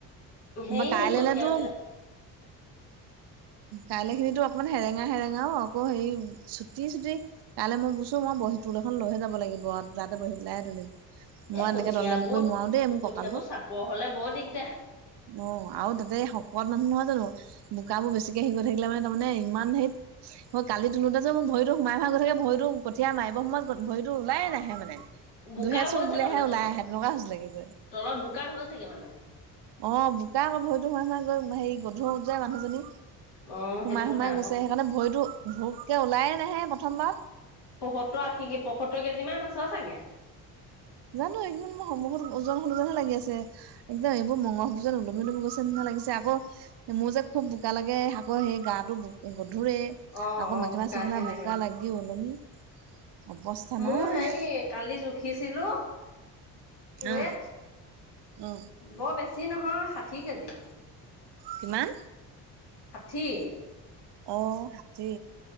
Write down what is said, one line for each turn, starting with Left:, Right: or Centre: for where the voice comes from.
Left: সেই
Right: বা কায়লৈলেতো
Left: কঠিয়াবিলাক
Right: কাইলে খিনিতো অকমান সেৰেঙা সেৰেঙাও আকৌ হেৰি চুটি চুটি কাইলৈ মই বুছো মই বহি তোল এখন লৈহে যাব লাগিব, যাতে বহি পেলাই তুলিম। মই
Left: এ
Right: এনেকে
Left: কঠিয়াবোৰ
Right: তললে মূৰকৰি নোৱাৰো দেই মোৰ
Left: কঠিয়াবোৰ
Right: কঁকালটো।
Left: চাপৰ হলে বৰ দিগদাৰ
Right: অ আৰু তাতে শকত মানুহ নহয় জানো, বোকাবোৰ বেছিকে সেই কৰি থাকিলে মানে তাৰমানে ইমান হেইত, মই কালি তোলোতা যে মই ভৰিতো সোমাই সোমাই গৈ থাকে ভৰিতো কঠিয়া মাৰিব সময়ত ভৰি ওলাইয়ে নাহে মানে।
Left: বোকা
Right: দুহেচোক
Left: হৈছে
Right: দিলেহে
Left: তাৰমানে
Right: ওলাই
Left: তলত
Right: আহে তেনেকুৱা হৈছিলেগে গৈ।
Left: তলত বোকা হৈছেগে মানে
Right: অ বোকাক ভৰিতো সোমাই সোমাই গৈ হেৰি গধুৰ যে মানুহজনী।
Left: অ সেইটো
Right: সোমাই
Left: কথা
Right: সোমাই
Left: আকৌ
Right: গৈছে সেইকাৰণে ভৰিতো ভোককে ওলায়ে নাহে প্ৰথমবাৰ।
Left: পয়সত্তৰ আশী কে পয়সত্তৰ কেজিমান আছ চাগে।
Right: জানো একেইদিন মই সন্মুখত <unintelligible> ওজন লাগি আছে। একদম এইবোৰ মঙহবোৰ যেন ওলমি ওলমি গৈছে নিচিনা লাগিছে আকৌ মোৰ যে খুব বোকা লাগে আকৌ সেই গাটো ব গধূৰে।
Left: অ
Right: আকৌ
Left: অ
Right: মেখেলা
Left: বোকা
Right: চেখেলা
Left: ধেৰ লাগে
Right: বোকা লাগি ওলমি অৱস্থা
Left: মোৰ
Right: নাই।
Left: হেৰি কালি জুখিছিলো ৱেট।
Right: অ অ
Left: বৰ বেছি নহয় ষাঠি কেজি।
Right: কিমান?
Left: ষাঠি।
Right: অ ষাঠি।